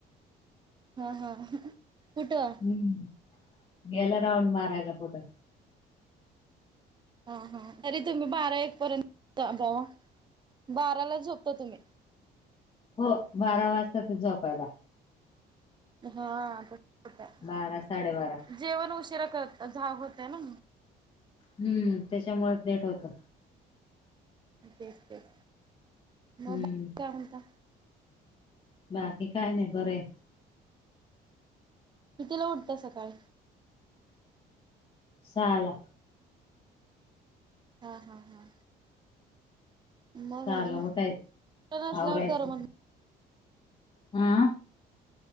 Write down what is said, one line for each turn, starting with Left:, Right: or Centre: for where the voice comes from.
Right: हा हा कुठं?
Left: हम्म गेला राऊंड मारायला कुठं.
Right: हा हा तरी तुम्ही बारा एक पर्यंत बावा बाराला झोपत तुम्ही.
Left: हो बारा वाजता ते जोपायला.
Right: हा, ठीक आहे.
Left: बारा साडे बारा.
Right: जेवण उशिरा करत झा होतय ना म.
Left: हम्म त्याच्यामुळेच लेट होत.
Right: तेच तेच, मग
Left: हम्म
Right: बाकी काय म्हणता.
Left: बाकी काय नाही बरंय.
Right: कितीला उठत सकाळी?
Left: सहा ला.
Right: हा हा हा. बघ
Left: सहाला
Right: अजून
Left: उठायचं
Right: सल्यावर
Left: आवरायचं
Right: करमत
Left: हा?